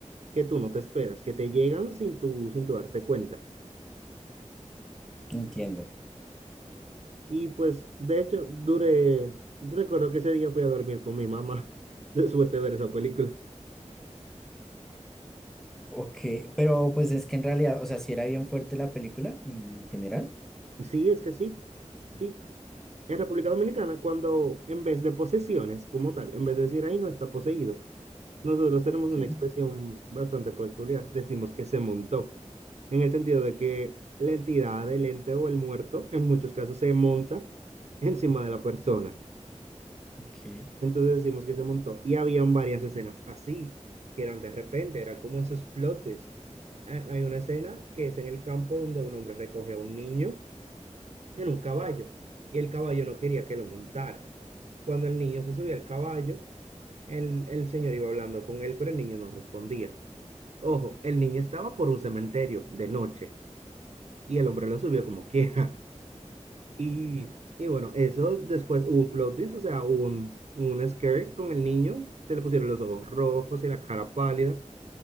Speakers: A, on the right; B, in the centre.
A: que tú no te esperas, que te llegan sin tu sin tu darte cuenta.
B: entiendo.
A: Y pues, de hecho, duré, recuerdo que ese día fui a dormir con mi mamá <laughs> después de ver esa película.
B: Ok, pero pues es que en realidad, o sea, si era bien fuerte la película en general.
A: Sí, es que sí, sí. En República Dominicana, cuando en vez de posesiones como tal, en vez de decir ahí no está poseído, nosotros tenemos
B: Sí,
A: una expresión bastante peculiar. Decimos que se montó, en el sentido de que la entidad, el ente o el muerto, en muchos casos, se monta encima de la persona.
B: ok,
A: Entonces decimos que se montó. Y habían varias escenas así, que eran de repente, era como esos plot twists. Ha- Hay una escena que es en el campo donde un hombre recoge a un niño en un caballo y el caballo no quería que lo montara. Cuando el niño se subía al caballo, el, el señor iba hablando con él, pero el niño no respondía. Ojo, el niño estaba por un cementerio de noche y el hombre lo subió como <laughs> quiera. Y, y bueno, eso después hubo un plot twist, o sea, hubo un, un scare con el niño, se le pusieron los ojos rojos y la cara pálida.